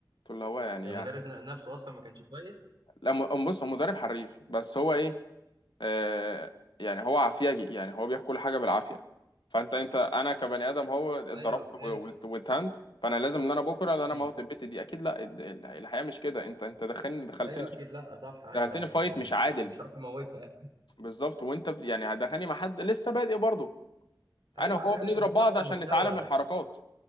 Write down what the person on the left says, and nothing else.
له هو يعني
يعني
لا م- بص هو مدرب حريف بس هو ايه آه، يعني هو عافيجي يعني هو بياكل كل حاجه بالعافيه فانت انت انا كبني ادم هو اتضربت
و- وات- واتهنت فانا لازم ان انا بكره ان انا
موت البت دي اكيد لا ال- ال- الحياه مش كده انت انت دخلني دخلتني
دخلتني
فايت
مش عادل
بالظبط وانت ب- يعني هتدخلني مع حد لسه بادئ برضه
انا
وهو
بنضرب
بعض
عشان
نتعلم الحركات